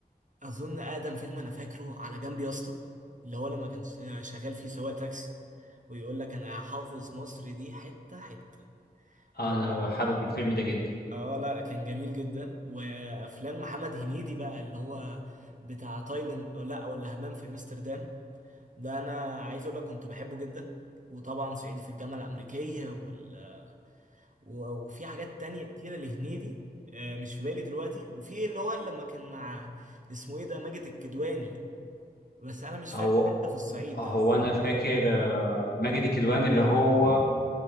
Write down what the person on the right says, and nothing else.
اظن اقدم فيلم انا فاكره على جنب يا اسطى اللي هو لما كان ش- آه، شغال فيه سواق تاكسي ويقول لك انا حافظ مصر دي حته حته و...
اه لا كان جميل جدا وافلام محمد هنيدي بقى اللي هو بتاع تايلاند أو لا ولا همام في امستردام ده انا عايز اقول لك كنت بحبه جدا وطبعا صعيدي في الجامعه الامريكيه وال... و- وفي حاجات تانية كتيره لهنيدي آه، مش في بالي دلوقتي وفي اللي هو لما كان مع اسمه ايه ده ماجد الكدواني بس انا مش
فاكر حاجه في الصعيد
ده